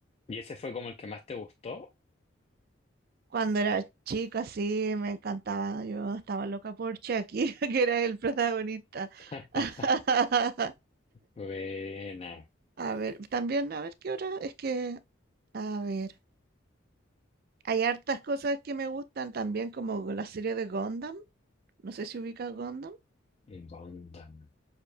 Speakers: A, on the left (about 30°); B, on the right (about 50°).
A: ¿Y ese fue como el que más te gustó?
B: cuando era chica, sí, me encantaba. Yo estaba loca por Chucky, <laughs> que era el protagonista.
A: <laughs>
B: <laughs>
A: Buena.
B: A ver, también, a ver qué hora. Es que, a ver, hay hartas cosas que me gustan también, como la serie de Gundam. No sé si ubicas Gundam.
A: Gundam.